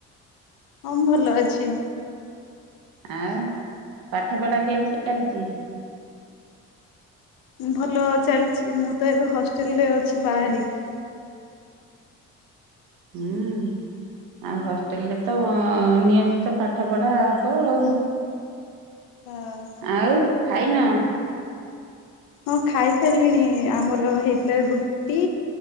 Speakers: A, on the left; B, on the right.
A: ହଁ ମୁଁ ଭଲ ଅଛି।
B: ଆଉ ପାଠ ପଢା କେମିତି ଚାଲିଚି?
A: ଭଲ ଚାଲିଚି ମୁଁ ତ ଏବେ ହଷ୍ଟେଲରେ ଅଛି ବାହା ହେଇକି।
B: ହୁଁ ଆଉ ହଷ୍ଟେଲରେ ତ ନିୟମିତ ପାଠ ପଢ଼ା ହବ ଆଉ।
A: ହଁ
B: ଆଉ ଖାଇନ?
A: ହଁ ଖାଇସାରିଲିଣି। ଆମର ହେଇଥିଲା ରୁଟି,